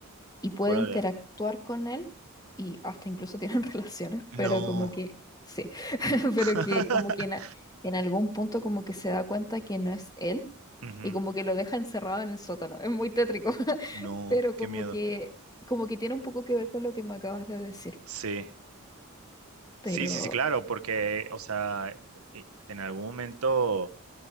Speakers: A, on the left; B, on the right.
A: y puede
B: Órale.
A: interactuar con él y hasta incluso tienen <laughs> relaciones,
B: No.
A: pero como que, sí, <laughs> pero
B: <laughs>
A: que como que en, a- en algún punto como que se da cuenta que no es él
B: Ujú.
A: y como que lo deja encerrado en el sótano. Es muy tétrico, <laughs>
B: No,
A: pero como
B: qué miedo.
A: que, como que tiene un poco que ver con lo que me acabas de decir.
B: Sí,
A: Pero
B: sí, sí, sí, claro, porque, o sea, e- e, en algún momento.